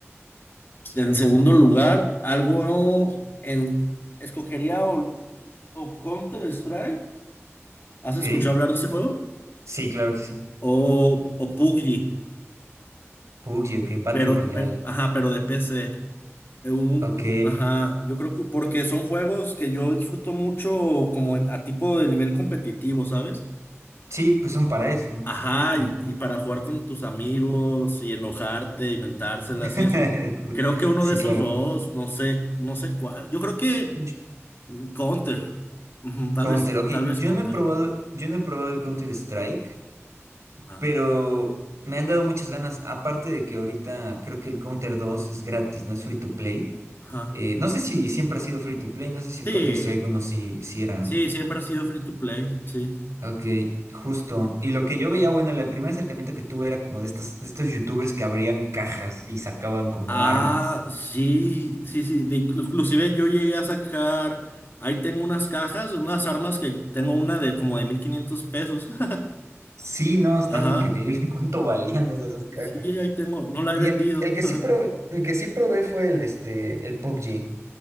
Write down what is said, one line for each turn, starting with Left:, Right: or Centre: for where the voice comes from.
Left: en segundo lugar, algo en... Escogería o, o Counter-Strike. ¿Has
Right: ¿Ok?
Left: escuchado hablar de ese juego?
Right: Sí, claro que sí.
Left: O, o PUBG.
Right: PUBG, ok. Battle
Left: Pero,
Right: Royale.
Left: pero, ajá, pero de PC. Eh, un-
Right: Ok.
Left: un- ajá, yo creo que porque son juegos que yo disfruto mucho como en- a tipo de nivel competitivo, ¿sabes?
Right: Sí, pues son para eso,
Left: Ajá,
Right: justo.
Left: y, y para jugar con tus amigos y enojarte y mentárselas
Right: <laughs>
Left: y eso.
Right: Ju-
Left: Creo que uno
Right: Sí,
Left: de esos
Right: claro.
Left: dos, no sé, no sé cuál. Yo creo que
Right: Yo-
Left: mm, Counter. Ujú, tal
Right: Counter,
Left: vez,
Right: ok.
Left: tal vez
Right: Yo
Left: Counter.
Right: no he probado, yo no he probado el Counter Strike,
Left: Ajá,
Right: pero me han dado muchas ganas. Aparte de que ahorita creo que el Counter dos es gratis, no es free to play.
Left: ajá.
Right: Eh, no sé si siempre ha sido free to play, no sé si el
Left: Sí,
Right: Counter Strike uno sí, sí era.
Left: sí, siempre ha sido free to play, sí.
Right: Ok, justo. Y lo que yo veía, bueno, el primer acercamiento que tuve era como de estos, de estos youtubers que abrían cajas y sacaban como
Left: Ah,
Right: armas.
Left: sí, sí, sí. de- inclusive yo llegué a sacar, ahí tengo unas cajas, unas armas que tengo una de como de 1500 pesos. <laughs>
Right: Sí, no, estaba
Left: Ajá.
Right: increíble <laughs> cuánto valían esas cajas.
Left: Sí, ahí tengo, no la
Right: Y
Left: he vendido.
Right: el, el
Left: <laughs>
Right: que sí probé, el que sí probé fue el, este, el PUBG.